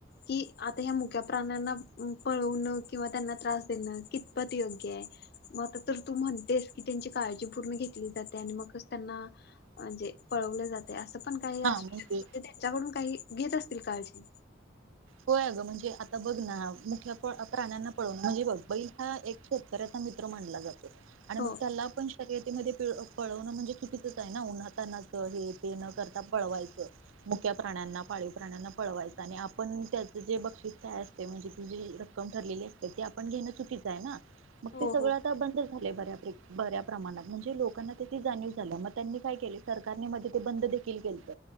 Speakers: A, on the left; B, on the right.
A: की, आता ह्या मुक्या प्राण्यांना पळवणं किंवा त्यांना त्रास देणं कितपत योग्य आहे, मग आता तर तू म्हणतेस की त्यांची काळजी पूर्ण घेतली जाते आणि मग कसं त्यांना म्हणजे पळवलं जाते अस पण काही
B: हा
A: असो
B: मग
A: शकतो
B: ते
A: <inaudible> त्यांच्याकडून काही घेत असतील काळजी.
B: होय गं म्हणजे आता बघ ना मुक्या प्राण्यांना पळवण म्हणजे, बग बैल हा एक शेतकऱ्याचा मित्र माांनला जातो. आणि
A: हो
B: मग त्याला पण शर्यत शर्यती मध्ये पीळ ळपळवणं म्हणजे चुकीचं आहे ना उन्हाातांनाच हे ते न करता पळवायचं मुक्या प्राण्यांना, पाळीव प्राण्यांना पळवायचं आणि आपण पण त्याचं जे बक्षिस काय असते. म्हणजे त जे रक्कम ठरलेली असते, ते आपण घेणं चुकीचं आहे ना. मग
A: हो
B: ते सगळं
A: हो
B: आता बंद झाले बऱ्यापैकी. बऱ्या प्रमाणात म्हणजे लोकांना त्याची जाणीव झाली मग त्यांनी काय केल सरकारने मध्ये ते बंद देखील केलंत